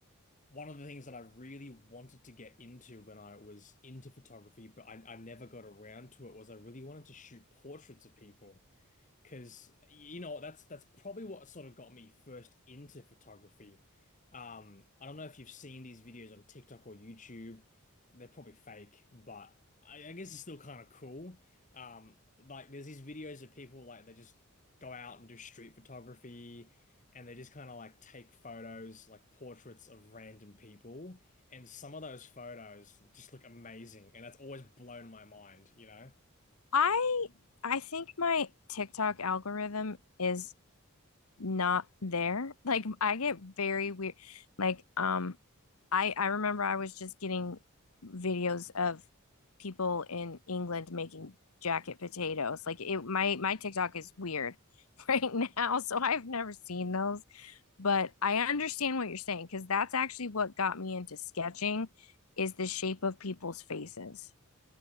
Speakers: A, on the left; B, on the left.
A: one of the things that I really wanted to get into when I was into photography, but I, I never got around to it, was I really wanted to shoot portraits of people. Because you know that's that's probably what sort of got me first into photography. Um, I don't know if you've seen these videos on TikTok or YouTube. They're probably fake, but I, I guess it's still kind of cool. Um, like there's these videos of people like they just go out and do street photography, and they just kind of like take photos, like portraits of random people, and some of those photos just look amazing, and that's always blown my mind. You know,
B: I I think my TikTok algorithm is not there. <laughs> Like I get very weird. Like um I I remember I was just getting videos of people in England making jacket potatoes. Like it my my TikTok is weird <laughs> right now, so I've never seen those. but I understand what you're saying because that's actually what got me into sketching is the shape of people's faces.